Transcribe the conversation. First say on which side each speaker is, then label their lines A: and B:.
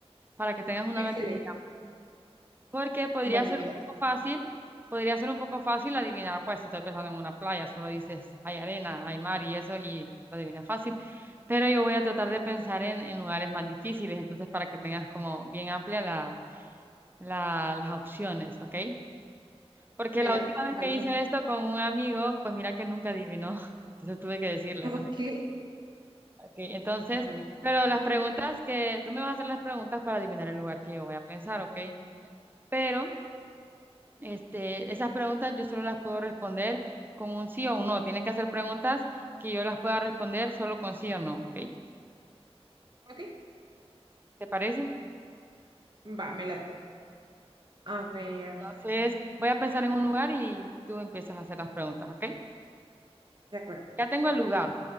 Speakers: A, on the right (about 20°); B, on the right (about 45°).
A: Para que tengas una
B: Excelente.
A: mente muy porque podría
B: Vale,
A: ser
B: me
A: un
B: late.
A: poco fácil, podría ser un poco fácil adivinar, pues si estoy pensando en una playa, solo dices hay arena, hay mar y eso y lo adivinas fácil. Pero yo voy a tratar de pensar en, en lugares más difíciles, entonces para que tengas como bien amplia la, la- las opciones, ¿ok? Porque
B: Me
A: la
B: late.
A: última vez
B: Vale,
A: que hice
B: voy.
A: esto con un amigo, pues mira que nunca adivinó, <laughs> entonces tuve que decirle,
B: Ok,
A: entonces, ok, entonces,
B: a ver.
A: pero las preguntas que, tú me vas a hacer las preguntas para adivinar el lugar que yo voy a pensar, ¿ok? Pero... Este, esas preguntas yo solo las puedo responder con un sí o un no. Tienen que hacer preguntas que yo las pueda responder solo con sí o no, ¿ok?
B: Ok,
A: ¿Te parece?
B: va, me late. A ver,
A: Entonces, voy a pensar en un lugar y tú empiezas a hacer las preguntas, ¿ok?
B: de acuerdo.
A: Ya tengo el lugar.